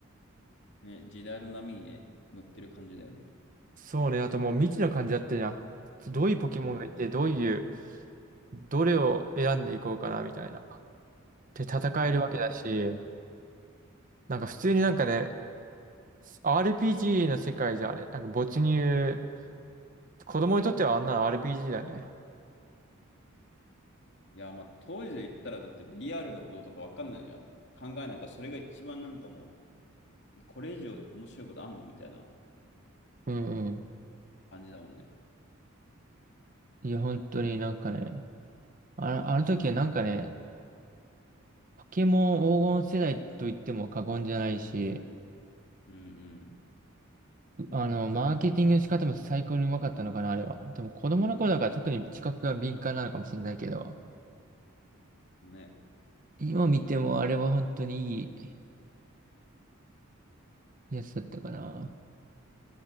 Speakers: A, on the left; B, on the right.
A: ね、時代の波にね、乗ってる感じだよね。
B: そうね、あともう未知の感じだったじゃん。どういうポケモンがいて、
A: うん。
B: どういう、どれを選んでいこうかな、みたいな。で、戦えるわけだし、
A: うんうんうん。
B: なんか普通になんかね、RPG の世界じゃあれ、なんか没入、子供にとってはあんなの RPG だね。
A: いやー、まあ当時で言ったらだって VR のこととかわかんないじゃん。考えないから、それが一番なんかもう、これ以上面白いことあんのみたいな
B: うんうん。
A: 感じだもんね。
B: いや、本当になんかね、あの、あの時はなんかね、ポケモン黄金世代と言っても過言じゃないし、
A: うんうん
B: あの、マーケティングの仕方も最高にうまかったのかな、あれは。でも子供の頃だから特に知覚が敏感なのかもしれないけど、
A: ね。
B: 今見てもあれは本当にいいやつだったかな。